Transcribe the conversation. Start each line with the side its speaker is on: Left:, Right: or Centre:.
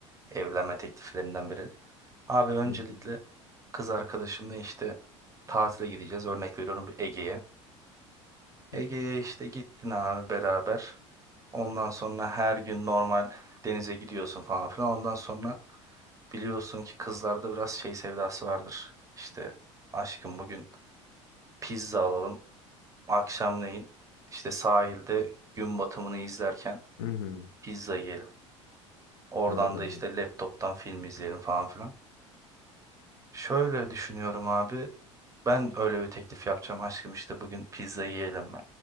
Right: evlenme tekliflerinden biri. Abi öncelikle
Left: Hı hı.
Right: kız arkadaşımla işte tatile gideceğiz. Örnek veriyorum bir Ege'ye. Ege'ye
Left: Hı hı.
Right: işte gittin abi beraber. Ondan sonra her gün normal denize gidiyorsun falan filan. Ondan sonra biliyorsun ki kızlarda biraz şey sevdası vardır. İşte aşkım bugün pizza alalım. Akşamleyin işte sahilde gün batımını izlerken
Left: Hı hı.
Right: pizza yiyelim. Oradan
Left: Evet abi.
Right: da işte laptoptan film izleyelim falan filan. Şöyle düşünüyorum abi. Ben öyle bir teklif yapacağım aşkım işte bugün pizza yiyelim mi?